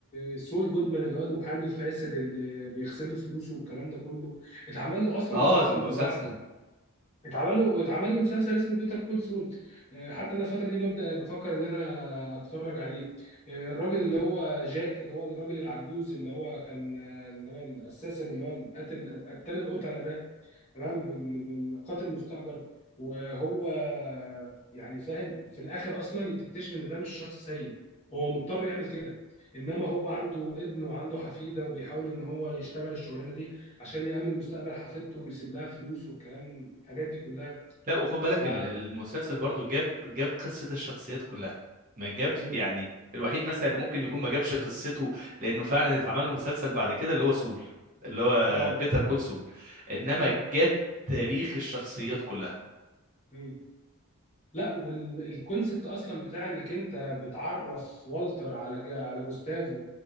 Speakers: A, on the left; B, on the right.
A: آه، سول جودمان اللي هو المحامي الفاسد اللي بيغسل له فلوسه والكلام ده كله اتعمل له اصلا
B: اه
A: مسلسل
B: المسلسل
A: من لوحده اتعمل له اتعمل له مسلسل اسمه بيتر كول سول آه، حتى انا الفترة دي ببدأ بفكر ان انا اتفرج عليه آه، الراجل اللي هو جاك اللي هو الراجل العجوز اللي هو كان آه، اللي هو الاساسا اللي هو القاتل قتال القتلة ده تمام بال- بالقاتل مستأجر وهو يعني فاهم في الاخر اصلا تكتشف ان ده مش شخص سيء هو مضطر يعمل كده انما هو عنده ابن وعنده حفيده وبيحاول ان هو يشتغل الشغلانه دي عشان يأمن مستقبل حفيدته ويسيب لها فلوس والكلام الحاجات دي كلها
B: لا وخد بالك
A: ف
B: ال- المسلسل برضو جاب جاب قصة الشخصيات كلها ما جاب
A: مم.
B: يعني الوحيد مثلا اللي ممكن يكون ما جابش قصته لأنه فعلا اتعمل له مسلسل بعد كده اللي هو سول اللي هو
A: اه
B: بيتر كول سول إنما
A: اه
B: جاب تاريخ الشخصيات كلها
A: مم. لا والكونسبت اصلا بتاع انك انت بتعرف والتر على جا على جوستافو